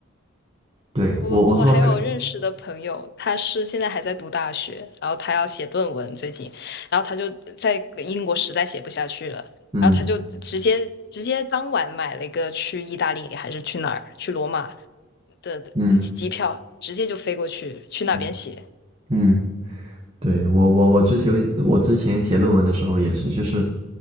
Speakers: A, on the right; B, on the left.
A: 对，
B: 我我还有认识的朋友，
A: 我我说他，
B: 他是现在还在读大学，然后他要写论文，最近，然后他就在英国实在写不下去了。
A: 嗯
B: 然后他就直接直接当晚买了一个去意大利还是去哪儿去罗马的的机票，
A: 嗯
B: 直接就飞过去去那边写。
A: 嗯。嗯对，我我我之前我之前写论文的时候也是，就是，